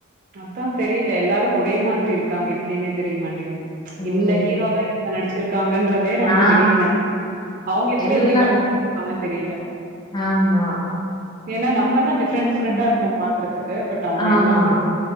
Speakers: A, on the right; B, on the left.
A: அதா தெரியில எல்லாரு ஒரே மா திரி இருக்காங்க எப்டின்னே தெரிய மாட்டெங்து
B: ம்
A: இந்த ஹீரோதா இங்க நடிச்சு இருக்காங்கன் றதே நமக்கு
B: ஆ
A: தெரிய மாட்டிக்கிது அவுங்க எப்படி
B: எல்லா
A: அப்டி <inaudible>
B: ஒரு
A: தெரியில
B: ஆமா
A: ஏனா நம்மல்லா டி ஃப்ரென்ட் டிஃப்ரென்ட்டா
B: ம்
A: இருக்கோ பாக்குறதுக்கு பட் அவுங்க
B: ஆமா
A: எல்லா போ